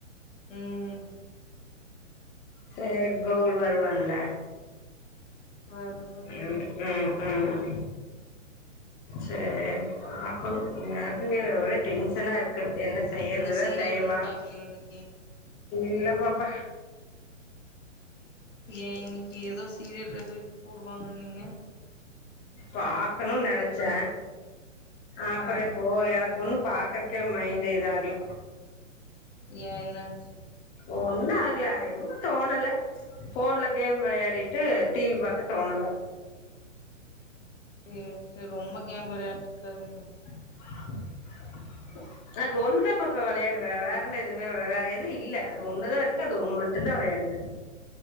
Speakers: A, on the left; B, on the left.
A: ம்
B: சேர் கோகுல் வருவான்ல
A: வரு வரு
B: ம்
A: வரு
B: ம் ம் சேரி பாக்கணு எனக்கு இங்க ஒரே டென்ஷனாருக்கு என்ன செய்யரததா
A: நீங்க சீரியல்
B: செய்வா
A: ஒன்னு பாக்கலையா இன்னைக்கி
B: இல்ல பாப்பா
A: ஏ இன்னைக்கு ஏதோ சீரியல்ல ஏதோ இது போடுவாங்கன்னிங்க
B: பாக்கணு நெனச்சே அப்றோ
A: ஆ
B: போ எனக்கு ஒண்ணு பாக்க க்கு மைண்ட் இதாகல
A: ஏ என்னாச்சு
B: ஒண்ணு ஆகல அது என்னமோ தோணல ஃபோன்ல கேம் விளையாடிட்டு டி வி பாக்க தோணல
A: சேர் சேரி ரொம்ப கேம் வெளான்ட்ருக்காதீங்க
B: <unintelligible> அது ஒண்ணுதா பாப்பா விளையார்றே வேறல்ல எதுமே வெள வேற எது இல்ல அது ஒன்னு தா இருக்கு அது ஒண்ணு மட்டு தா வெளையாடுவே